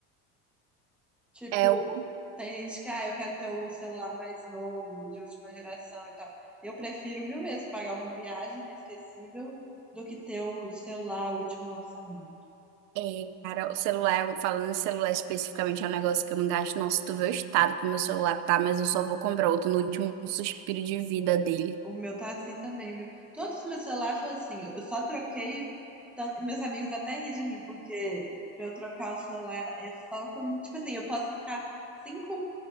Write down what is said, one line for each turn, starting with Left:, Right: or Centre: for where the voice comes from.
Centre: Tipo,
Right: É, o-
Centre: tem gente que, ah, eu quero ter o celular mais novo, de última geração e tal. Eu prefiro mil vezes pagar uma viagem inesquecível do que ter o celular último lançamento.
Right: é, cara, o celular, falando em celular especificamente, é um negócio que eu não gasto, não. Se tu vê o estado que meu celular tá, mas eu só vou comprar outro no último suspiro de vida dele.
Centre: O meu tá assim também, viu? Todos os meus celulares foram assim. Eu só troquei. tan- Meus amigos até ri de mim, porque pra eu trocar o celular é só quando. Tipo assim, eu posso ficar cinco